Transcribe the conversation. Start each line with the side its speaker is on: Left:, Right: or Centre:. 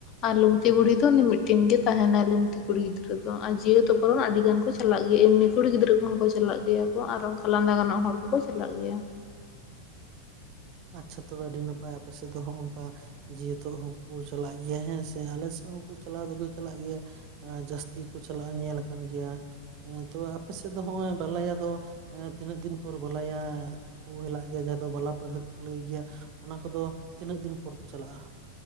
Left: ᱟᱨ ᱞᱩᱝᱛᱤ ᱵᱩᱲᱦᱤ ᱫᱚ ᱢᱤᱫᱴᱮᱱ ᱜᱮ ᱛᱟᱦᱮᱱᱟ ᱞᱩᱝᱛᱤ ᱠᱩᱲᱤ ᱜᱤᱫᱽᱨᱟᱹ। <unintelligible> ᱟᱹᱰᱤ ᱜᱟᱱ ᱠᱚ ᱪᱟᱞᱟᱜ ᱜᱮᱭᱟ ᱮᱢᱱᱤ ᱠᱩᱲᱤ ᱜᱤᱫᱽᱨᱟᱹ ᱠᱚᱦᱚᱸ ᱠᱚ ᱪᱟᱞᱟᱜ ᱜᱮᱭᱟ ᱠᱚ ᱟᱨ ᱚᱱᱠᱟ ᱞᱟᱸᱫᱟ ᱜᱟᱱᱚᱜ ᱦᱚᱲ ᱠᱚ। ᱠᱚ ᱪᱟᱞᱟᱜ ᱜᱮᱭᱟ।
Right: ᱟᱪᱪᱷᱟ ᱛᱚᱵᱮ ᱟᱹᱰᱤ ᱱᱟᱯᱟᱭ ᱟᱯᱮ ᱥᱮᱫ ᱫᱚ ᱦᱚᱸᱜ ᱚᱝᱠᱟ ᱡᱮ ᱦᱮᱛᱩ ᱦᱚᱸᱠᱚ ᱪᱟᱞᱟᱜ ᱜᱮᱭᱟ ᱦᱮᱸ ᱥᱮ ᱟᱞᱮ ᱥᱮᱫ ᱦᱚᱸᱠᱚ ᱪᱟᱞᱟᱣ ᱫᱚ ᱠᱚ ᱪᱟᱞᱟᱜ ᱜᱮᱭᱟ ᱡᱟᱹᱥᱛᱤ ᱠᱚ ᱪᱟᱞᱟᱜᱼᱟ ᱧᱮᱞ ᱟᱠᱟᱱ ᱜᱮᱭᱟ ᱛᱚ ᱟᱯᱮ ᱥᱮᱫ ᱫᱚ <unintelligible> ᱵᱟᱞᱟᱭᱟ ᱫᱚ ᱛᱤᱱᱟᱹᱜ ᱫᱤᱱ ᱯᱚᱨᱮ ᱵᱟᱞᱟᱭᱟ ᱠᱚ <unintelligible> ᱸ ᱫᱚ ᱵᱟᱞᱟ ᱯᱟᱹᱬᱦᱟᱹ ᱠᱚ ᱞᱟᱹᱭ ᱜᱮᱭᱟ ᱚᱱᱟ ᱠᱚᱫᱚ ᱛᱤᱱᱟᱹᱜ ᱫᱤᱱ ᱯᱚᱨ ᱠᱚ ᱪᱟᱞᱟᱜᱼᱟ